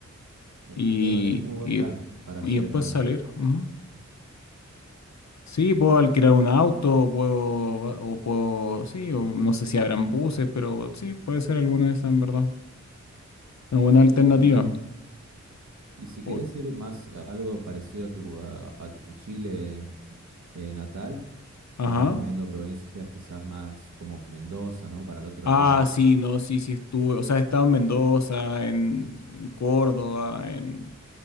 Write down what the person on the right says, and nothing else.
E-
Y es, es muy buen
plan
para
hacer
en auto.
Sí, total. Y si querés
ir más a algo parecido a tu, a a tu Chile eh, natal,
Te recomiendo provincias quizás más como Mendoza, ¿no? Para el otro lado.